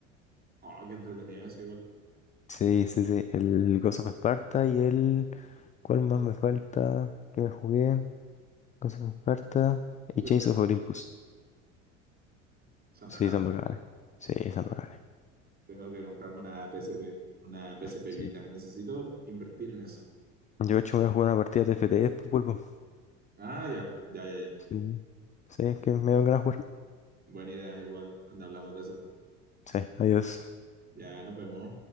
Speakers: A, on the right; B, on the left.
A: Ah, oh, qué entretenido eso igual.
B: Sí, sí, sí. El Ghost of Sparta y el... ¿Cuál más me falta? ¿Qué me jugué? Ghost of Sparta
A: Uy,
B: y
A: Pero
B: Chains
A: son
B: of
A: bastante,
B: Olympus.
A: son
B: Sí,
A: hartos.
B: son bacanes. Sí, son bacanes.
A: Tengo que comprarme una PSP, una PSP
B: Sí.
A: Vita. Necesito invertir en eso.
B: Yo, de hecho, voy a jugar una partida de FTS, pues, vuelvo.
A: Ah, ya, ya, ya, ya.
B: Sí. Sí, es que me dan ganas de jugar.
A: Buena idea, igual. Donde hablamos de eso.
B: Sí, adiós.
A: Ya, nos vemos.